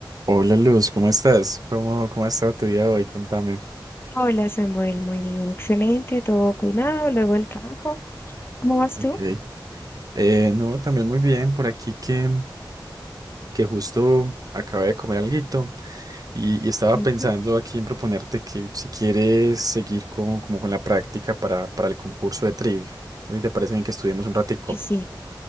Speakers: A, on the right; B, on the left.
A: Hola Luz, ¿cómo estás? ¿Cómo, cómo ha estado tu día hoy? Contame.
B: Hola Samuel, muy bien, excelente, todo calmado, luego el trabajo. ¿Cómo vas
A: Ok.
B: tú?
A: Eh, no, también muy bien, por aquí que, que justo acabé de comer alguito y, y estaba
B: Ujú.
A: pensando aquí en proponerte que si quieres seguir con, como con la práctica para, para el concurso de trivia. ¿Y te parece bien que estudiemos un ratico?
B: Y sí,